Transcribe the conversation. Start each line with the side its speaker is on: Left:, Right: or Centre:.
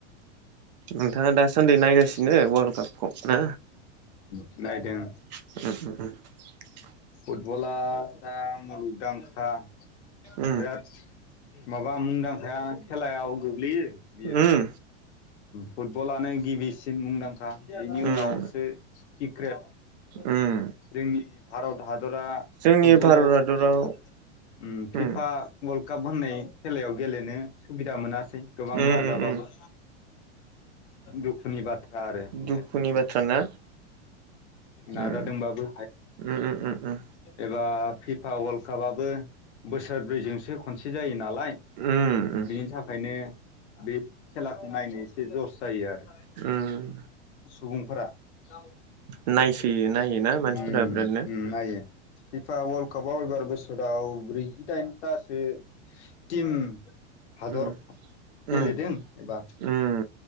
Right: नोंथाङा दासान्दि नायगासिनो
Left: उम
Right: वर्ल्ड कापखौ ना
Left: नायदों
Right: <unintelligible>
Left: फुटबला दा मुलुगदांखा
Right: उम
Left: बिराद माबा मुंदांखाया खेलायाव गोग्लैयो बियो
Right: उम
Left: फुटबलानो गिबिसिन मुंदांखा बिनि उनावसो
Right: उम
Left: <unintelligible>
Right: उम
Left: जोंनि आरोबाव दाहाज
Right: जोंनि
Left: फुटबलाव
Right: भारत
Left: ओम
Right: हादराव
Left: खिफा
Right: उम
Left: काप होननाय खेलायाव गेलेनो सुबिदा मोनासै गोबां
Right: उम
Left: नाजाबाबो
Right: उम उम
Left: दुखुनि बा आरो बियो
Right: दुखुनि
Left: मोनसे
Right: बाथ्रा ना
Left: नाजादोंबाबो
Right: उम उम उम उम
Left: एबा फिफा वर्ल्ड कापआबो बोसोरब्रैजोंसो खनसे जायो ना लाय
Right: उम उम
Left: बिनि थाखायनो बे खेलाखौ नायनो एसे जस जायो आरो
Right: उम
Left: सुबुंफोरा <inaudible> ओम
Right: नायसोयो नायोना मानसिफोरा
Left: ओम
Right: बिरादनो
Left: नायो। फिफा उल्ड कापाव एबार बोसोराव ब्रैजिदाइनथासो टिम हादर
Right: उम
Left: गेलेदों
Right: उम
Left: एबा
Right: उम